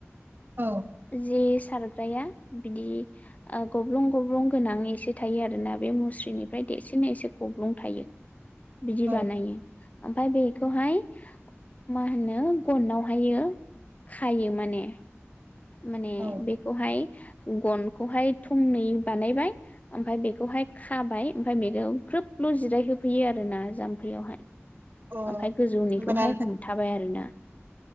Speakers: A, on the right; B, on the left.
A: औ
B: जिस। सारग्राया बिदि ओ गब्लं-गब्लं गोनां एसे थायो आरोना बे मुस्रिनिफ्राय देरसिन एसे गब्लं थायो। बिदि
A: औ
B: बानायो। ओमफाय बेखौहाय मा होनो गनावहायो खायो माने। माने
A: औ
B: बेखौहाय गनखौहाय थंनै बानायबाय ओमफाय बेखौहाय खाबाय ओमफाय बेखौ ग्रोब ल जिराय होफैयो आरोना जाम्फैयावहाय।
A: अ
B: ओमफाय गोजौनिखौहाय
A: होमबाना
B: हमथाबाय आरो ना।